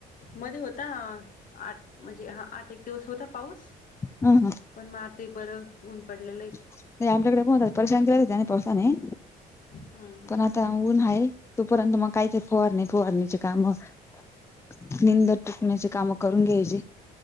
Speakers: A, on the left; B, on the left.
A: मध्ये होता आठ म्हणजे ह आठ एक दिवस होता पाऊस
B: हम्म.
A: पण म ते बरं ऊन पडलेलं आहे.
B: नाही आपल्याकडे बहुत परेशान केलय त्याने पावसाने
A: हम्म हम्म
B: पण आता ऊन हाय तोपर्यंत मग काही फवारनि फवारनी ची काम चुिकण्याची <unintelligible> काम करून घ्यायची.